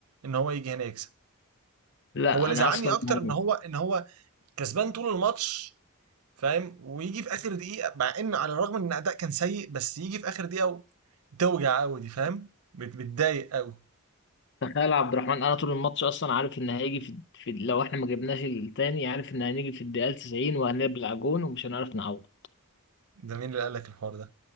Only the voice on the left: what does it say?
لا
انا
اصلا
يعني
تخيل يا عبد الرحمن انا طول الماتش اصلا عارف ان هيجي في, في لو احنا ما جبناش التاني عارف ان هنيجي في الدقيقه 90 وهنبلع جون ومش هنعرف نعوض